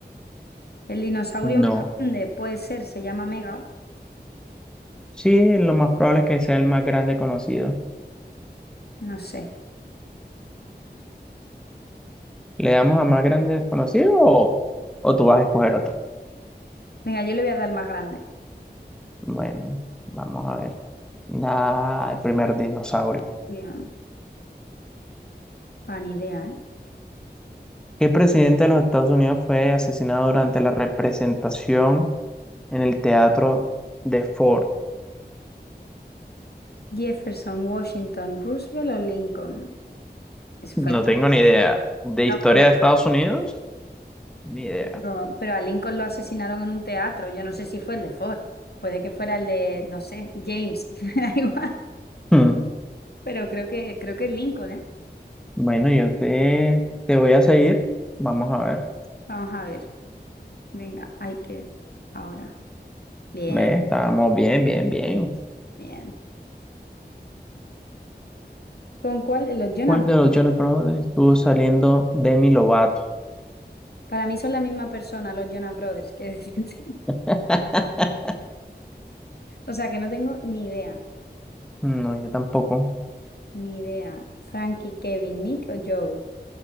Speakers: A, on the left; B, in the centre.
A: El dinosaurio
B: No.
A: más grande puede ser, se llama Mega,
B: Sí, lo más probable es que sea el más grande conocido.
A: no sé.
B: ¿Le damos a más grande desconocido o, o tú vas a escoger otro?
A: Venga, yo le voy a dar el más grande.
B: Bueno, vamos a ver. Ah, el primer dinosaurio.
A: Dinosaurio. Ah, ni idea, ¿eh?
B: ¿Qué presidente de los Estados Unidos fue asesinado durante la representación en el teatro de Ford?
A: Jefferson, Washington, Roosevelt o Lincoln. Eso
B: No
A: fue Lincoln.
B: tengo ni idea. ¿De historia
A: No fue.
B: de Estados Unidos? Ni idea.
A: Pero, pero a Lincoln lo asesinaron en un teatro. Yo no sé si fue el de Ford. Puede que fuera el de, no sé, James. <laughs> Me da igual.
B: Hmm.
A: Pero creo que, creo que es Lincoln, ¿eh?
B: Bueno, yo te, te voy a seguir. Vamos a ver.
A: Vamos a ver. Venga, hay que. Ahora. Bien,
B: Ve, estábamos bien, bien, bien.
A: bien. ¿Con cuál? Eh, Los Jonas
B: ¿Cuál
A: Brothers.
B: de los Jonas Brothers estuvo saliendo Demi Lovato?
A: Para mí son la misma persona, los Jonas Brothers, que decirte. <laughs>
B: <laughs>
A: O sea que no tengo ni idea,
B: No, yo tampoco.
A: ni idea. Frankie, Kevin, Nick o Joe.